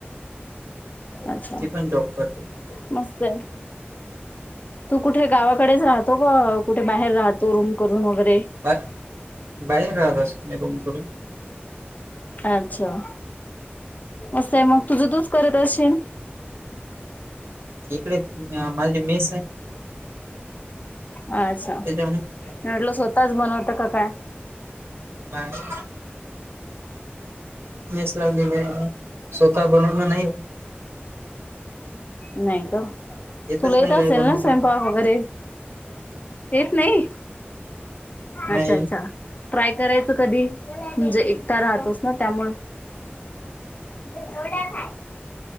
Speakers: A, on the left; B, on the right.
A: अच्छा
B: ती पण जॉब करते
A: मस्त तू कुठे गावाकडेच राहत. कुठे बाहेर राहतो रूम करून वगैर
B: बा बाई नासकम करून
A: अच्छा म मग तूझ त करत असशी
B: इकडे माझ मिस आहे.
A: अच्छा म्हटलं
B: त्याच्यामुळे
A: स्वतःच बनवतं का काय?
B: नाही. मस ला स्वतः बनवला नाही.
A: नाही का
B: येतच
A: तुलाही
B: नाही
A: तर
B: काही
A: असेल
B: बनवता
A: ना स्वयंपाक वगैरे येत नाही
B: नाही
A: अच्छा अच्छा. ट्राय करायचं कधी म्हणजे एकटा राहतोस ना त्यामुळे येवड्याचय.